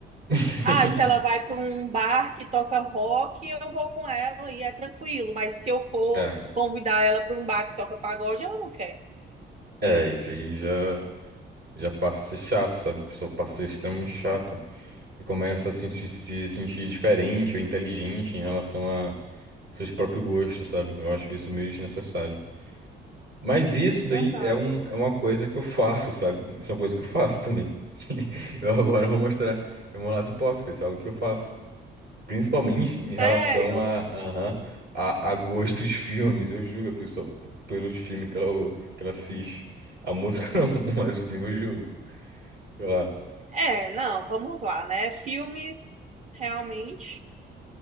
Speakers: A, on the right; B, on the right.
A: <laughs>
B: Ah, e se ela vai para um bar que toca rock, eu vou com ela e é tranquilo. Mas se eu for
A: É,
B: convidar ela para um bar que toca pagode, ela não quer.
A: é, isso aí já, já passa a ser chato, sabe? A pessoa passa a ser extremamente chata e começa a se, se se sentir diferente ou inteligente em relação a seus próprios gostos, sabe? Eu acho isso meio desnecessário. Mas isso daí
B: Verdade.
A: é, um, é uma coisa que eu faço, sabe? Isso é uma coisa que eu faço também. <laughs> Eu agora vou mostrar o meu lado hipócrita, isso é algo que eu faço. Principalmente em relação
B: Sério?
A: a, aham, a, a gostos de filmes. Eu julgo a pessoa p- pelos filmes que ela, que ela assiste. A música <laughs> não, mas o filme eu julgo. Sei lá.
B: É, não, vamos lá, né? Filmes, realmente.